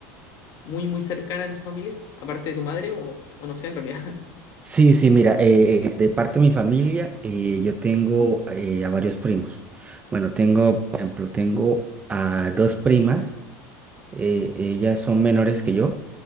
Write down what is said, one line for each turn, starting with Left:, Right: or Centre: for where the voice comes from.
Left: muy, muy cercana en tu familia, aparte de tu madre, o, o no sé, en realidad. <laughs>
Right: Sí, sí, mira, eh, eh, de parte de mi familia, eh, yo tengo eh, a varios primos. Bueno, tengo, por ejemplo, tengo a dos primas, eh, ellas son menores que yo.